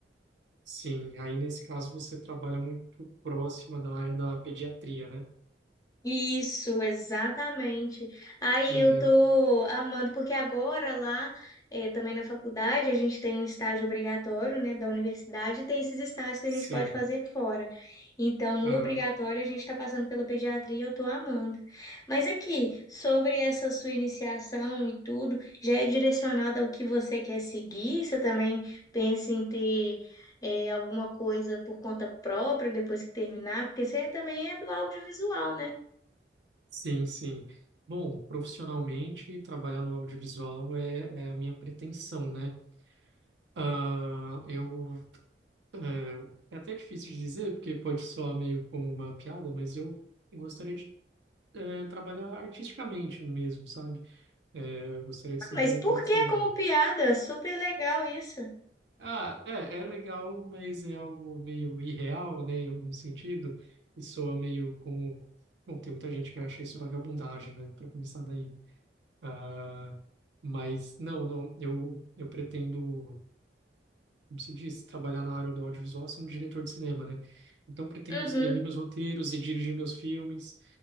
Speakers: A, on the right (about 80°); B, on the left (about 20°).
A: Sim, aí nesse caso você trabalha muito próxima da área da pediatria, né?
B: Isso, exatamente. Aí
A: Uhum.
B: eu tô amando, porque agora lá, eh, também na faculdade, a gente tem um estágio obrigatório, né, da universidade, e tem esses estágios que
A: Sim.
B: a gente pode fazer fora. Então, no
A: Aham.
B: obrigatório, a gente está passando pela pediatria, e eu tô amando. Mas aqui, sobre essa sua iniciação e tudo, já é direcionado ao que você quer seguir? Você também pensa em ter. eh, alguma coisa por conta própria depois que terminar, porque você também é do audiovisual, né?
A: Sim, sim. Bom, profissionalmente, trabalhar no audiovisual é, é a minha pretensão, né? Ah, eu. eh, é até difícil de dizer, porque pode soar meio como uma piada, mas eu gostaria de eh, trabalhar artisticamente mesmo, sabe? Eh, eu gostaria de ser
B: Mas
A: diretor
B: por
A: de
B: que
A: cinema.
B: como piada? Super legal isso.
A: Ah, é, é legal, mas é algo meio irreal, né, em algum sentido, e soa meio como. Bom, tem muita gente que acha isso vagabundagem, né, para começar daí. Ah, mas, não, não, eu, eu pretendo. como se diz, trabalhar na área do audiovisual sendo diretor de cinema, né? Então pretendo
B: Uhum.
A: escrever meus roteiros e dirigir meus filmes,